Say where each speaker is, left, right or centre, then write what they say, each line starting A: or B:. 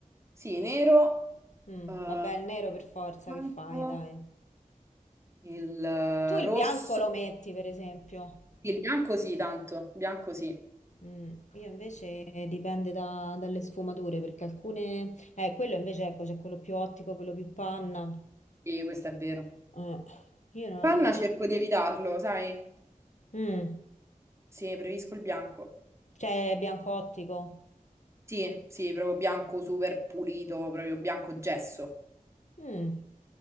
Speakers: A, on the right (about 20°); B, on the left (about 60°).
A: sì, nero,
B: Mm,
A: eh,
B: vabbè, il nero per forza,
A: bianco,
B: che fai, dai.
A: il eh,
B: Tu il
A: rosso,
B: bianco lo metti, per esempio.
A: il bianco sì, tanto, bianco sì,
B: Mm, io invece eh, dipende da- dalle sfumature, perché alcune... Eh, quello invece, ecco, c'è quello più ottico, quello più panna.
A: e questo è vero.
B: Eh, io no,
A: Panna
B: no.
A: cerco di evitarlo, sai?
B: Mm,
A: Sì, preferisco il bianco.
B: cioè, bianco ottico.
A: Sì, sì, proprio bianco super pulito, proprio bianco gesso,
B: Mm.